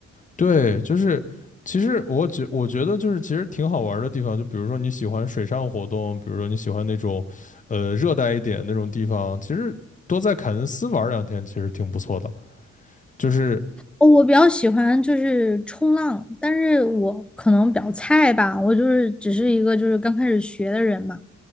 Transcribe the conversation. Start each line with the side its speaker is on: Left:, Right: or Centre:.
Left: 对，就是其实我觉我觉得就是其实挺好玩儿的地方，就比如说你喜欢水上活动，比如说你喜欢那种呃热带一点那种地方，其实多在凯恩斯玩儿两天其实挺不错的。就是
Centre: 哦，我比较喜欢就是冲浪，但是我可能比较菜吧，我就是只是一个就是刚开始学的人嘛。